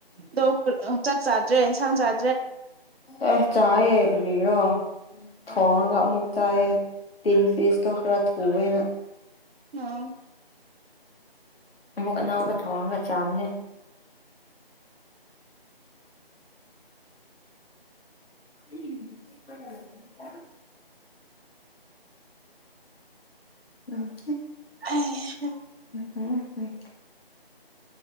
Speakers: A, on the right; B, on the left.
A: ꯎꯝ ꯆꯥꯛ ꯆꯥꯗ꯭ꯔꯦ ꯏꯟꯁꯥꯡ ꯆꯥ
B: ꯑꯥ ꯆꯥꯏꯌꯦ ꯀꯔꯤꯔꯣ ꯊꯣꯡꯉꯒ ꯑꯃꯨꯛ ꯆꯥꯏꯌꯦ ꯇꯤꯟ ꯄꯤꯁꯇꯣ ꯈꯔ ꯊꯨꯑꯦꯅ
A: ꯑ‌ꯣ
B: ꯑꯃꯨꯛ ꯑꯅꯧꯕꯥ ꯊꯣꯉꯒꯥ ꯆꯕꯅꯦ <inaudible> ꯎꯝ
A: ꯑꯩꯍꯥ
B: ꯎꯝ ꯍꯝ